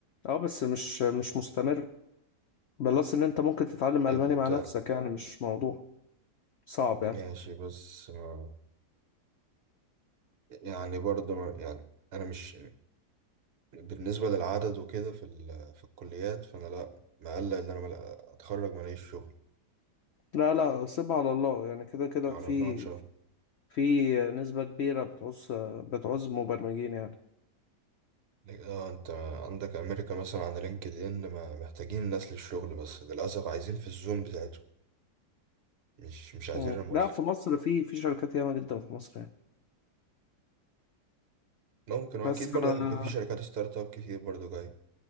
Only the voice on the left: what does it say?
اه بس مش مش مستمر بلس ان انت ممكن تتعلم ألماني
مع نفسك يعني مش موضوع صعب
يعني
لا لا سيبها على الله يعني كده كده
في
في نسبة كبيرة بتعوز بتعوز مبرمجين يعني
مم.
لا في مصر في في شركات ياما جدا في مصر يعني
بس فانا